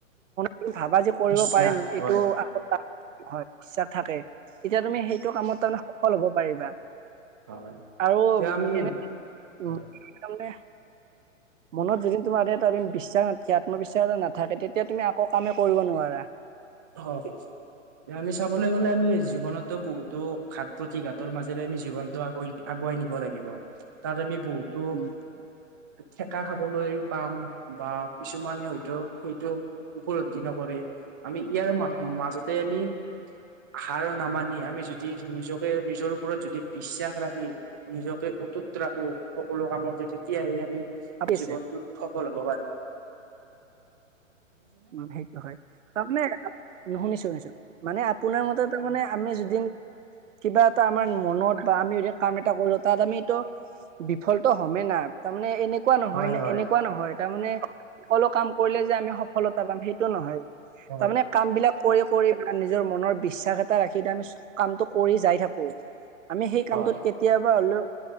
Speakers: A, on the right; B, on the right.
A: তুমি ভাবা যে কৰিব
B: বিশ্বাস
A: পাৰিম এইটো
B: হয়
A: আকৌ হয় বিশাস থাকে এতিয়া তুমি সেইটো কামত তাৰমানে সফল হ'ব পাৰিবা।
B: হয়
A: আৰু
B: এতিয়া আমি
A: এনে উ
B: হয়
A: তাৰে মনত যদি তোমাৰ ই বিশ্বাস নাথাকে আত্মবিশ্বাস এটা নাথাকে তেতিয়া তুমি আকৌ কামে কৰিব নোৱাৰা।
B: হয়। আমি চাবলৈ গ'লে আমি জীৱনতো বহুতো ঘাত প্ৰতি ঘাতৰ মাজেৰে আমি জীৱনটো আগুৱাই আগুৱাই নিম। লাগিব তাত আমি বহুতো
A: আছে উম
B: দেখা খাবলৈ পাম বা কিছুমানে হয়তো সেইটো উপলব্ধি নকৰে। আমি ইয়াৰ ম মাজতে আমি হাৰ নামানি আমি যদি নিজকে নিজৰ ওপৰত যদি বিশ্বাস ৰাখি নিজকে উটুত ৰাখো সকলো কামতে তেতিয়াহে আমি
A: ভাবিছে।
B: জীৱনটোত সফল হব পাৰে।
A: উম সেইটো হয়, তাৰমানে এনেকা শুনিছো
B: অ
A: শুনিছো। মানে আপোনাৰ মতে তাৰমানানে আমি যদিন কিবা এটা আমাৰ মনত বা আমি কাম এটা কৰিলো তাত আমি ত বিফলটো হে ন তাৰমানে এনে এনেকুৱা নহয়
B: হয়
A: ন
B: হয়
A: এনেকুৱা নহয় তাৰমানে অকলো কাম কৰিলে যে আমি সফলতা পাম সেইটো নহয়। তাৰমানে
B: হয়
A: কাম বিলাক কৰি কৰি মনৰ নিজৰ মনৰ বিশ্বাস এটা ৰাখি আমি কামটো কৰি যাই থাকো। আমি সেই কামটোত
B: হয়
A: কেতিয়াবা হলেও